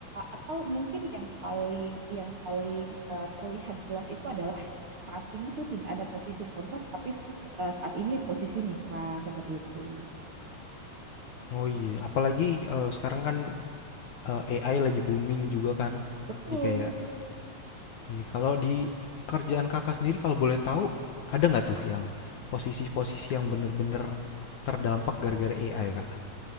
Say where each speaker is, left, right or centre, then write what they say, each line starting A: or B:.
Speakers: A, on the right; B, on the left.
A: atau mungkin yang paling yang paling, eee, terlihat jelas itu adalah saat ini tuh tidak ada posisi kontrak tapi, s eh, saat ini posisi mitra, seperti itu.
B: Oh iya, apalagi eh, sekarang kan eh, AI lagi booming juga kan.
A: Betul.
B: Di kayak, iya, kalau di kerjaan kakak sendiri kalau boleh tahu ada nggak tuh yang posisi-posisi yang bener-bener terdampak gara-gara AI kak?